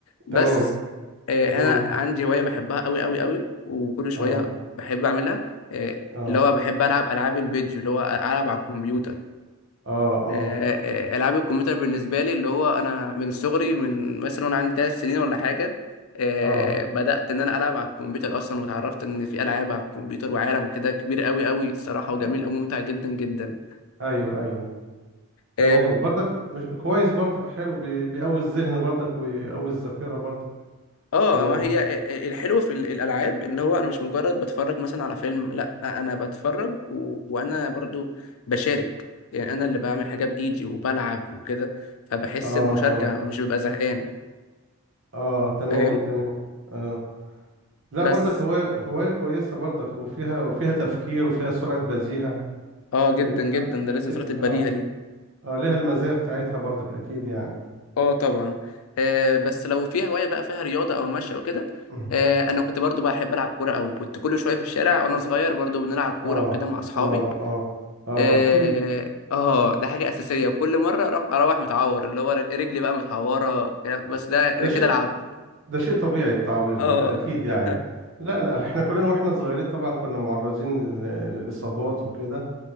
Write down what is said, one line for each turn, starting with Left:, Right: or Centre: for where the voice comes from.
Left: بس
Right: تمام
Left: آه،
Right: امم
Left: انا عندي هوايه بحبها قوي قوي قوي وكل شويه
Right: اه
Left: بحب اعملها آه،
Right: اه
Left: اللي هو بحب العب العاب الفيديو اللي هو العب على الكمبيوتر
Right: اه اه
Left: آه، آه، العاب الكمبيوتر بالنسبه لي اللي هو انا من صغري من مثلا وانا عندي ثلاث سنين ولا حاجه آه،
Right: اه
Left: بدات ان انا العب على الكمبيوتر اصلا وتعرفت ان في العاب على الكمبيوتر وعالم كده كبير قوي قوي الصراحه وجميل
Right: آه،
Left: وممتع جدا جدا
Right: ايوه ايوه تمام
Left: آه،
Right: برضك مش كويس برضك حلو بي- بيقوي الذهن برضك ويقوي الذاكرة برضك
Left: اه
Right: تمام
Left: ما هي الحلو في ال- الالعاب ان هو انا مش مجرد بتفرج مثلا على فيلم لا انا بتفرج و... وانا برضو بشارك يعني انا اللي بعمل حاجه بايدي وبلعب وكده فبحس
Right: اه آه.
Left: بمشاركه مش ببقى زهقان
Right: اه تمام
Left: فاهم
Right: تمام اه لا
Left: بس
Right: برضك هواية هواية كويسة برضك وفيها وفيها تفكير وفيها سرعة بزيهة
Left: اه جدا
Right: ال-
Left: جدا
Right: اه
Left: ده لازم
Right: ل-
Left: صلاه البديهه
Right: اه
Left: دي
Right: آه، ليها المزايا بتاعتها برضك اكيد يعني
Left: اه طبعا آه بس لو في هوايه بقى فيها رياضه او مشي او كده
Right: <clears throat>
Left: آه انا كنت برضو بحب العب كوره قوي كنت كل شويه في الشارع وانا صغير برضو بنلعب كوره
Right: اه
Left: وكده مع اصحابي
Right: اه اه اه
Left: اه
Right: اكيد
Left: آه، ده حاجه اساسيه وكل مره اروح اروح متعور اللي هو رجلي بقى متعوره وكلام- بس ده انا
Right: ده شيء
Left: كده لعبت
Right: ده شيء طبيعي التعوير دي
Left: اه
Right: ده اكيد يعني
Left: <laughs>
Right: لا لا احنا كلنا واحنا صغيرين طبعا كنا معرضين لل- للاصابات وكده